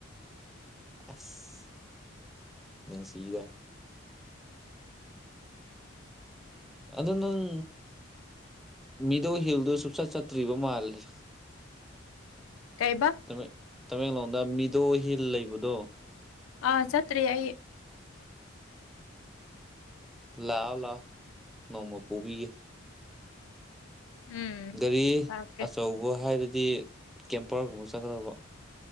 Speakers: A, in the centre; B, on the left.
A: ꯑꯁ ꯅꯨꯡꯁꯤꯗ ꯑꯗꯨ ꯅꯪ ꯃꯤꯗꯣ ꯍꯤꯜꯗꯨ ꯁꯨꯡꯆꯠ ꯆꯠꯇ꯭ꯔꯤꯕ ꯃꯥꯜꯂꯦ
B: ꯀꯩꯕ
A: ꯇꯃ‌ꯦꯡ-ꯇꯃꯦꯡꯂꯣꯡꯗ ꯃꯤꯗꯣ ꯍꯤꯜ ꯂꯩꯕꯗꯣ
B: ꯑꯥ ꯆꯠꯇ꯭ꯔꯤ ꯑꯩ
A: ꯂꯥꯛꯑꯣ ꯂꯥꯛꯑꯣ ꯅꯣꯡꯃ ꯄꯨꯕꯤꯒꯦ
B: ꯎꯝ
A: ꯒꯥꯔꯤ
B: ꯂꯥꯛꯀꯦ
A: ꯑꯆꯧꯕ ꯍꯥꯏꯔꯗꯤ ꯀꯦꯝꯄꯔꯒꯨꯝꯕ ꯆꯠꯀꯗꯧꯕ